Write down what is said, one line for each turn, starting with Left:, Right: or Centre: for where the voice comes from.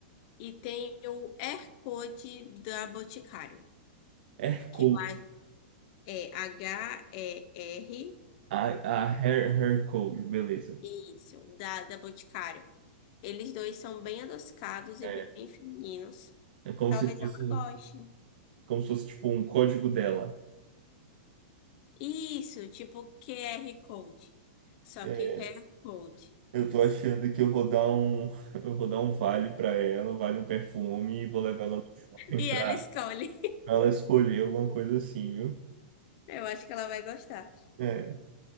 Left: E tem o Air Code da Boticário,
Right: Hair Code.
Left: que lá é H-E-R.
Right: A, a Hair, Hair Code, beleza.
Left: Isso, da, da Boticário. Eles dois são bem adocicados
Right: É.
Left: e bem femininos.
Right: É como
Left: Talvez
Right: se fosse,
Left: ela goste.
Right: como se fosse tipo um código dela.
Left: Isso, tipo QR Code. Só
Right: É,
Left: que hair code.
Right: eu
Left: Isso.
Right: tô achando que eu vou dar um, <laughs> eu vou dar um vale pra ela, um vale um perfume e vou levar ela no shopping
Left: E
Right: <laughs> pra
Left: ela escolhe.
Right: ela escolher alguma coisa assim, viu?
Left: <laughs> Eu acho que ela vai gostar.
Right: É.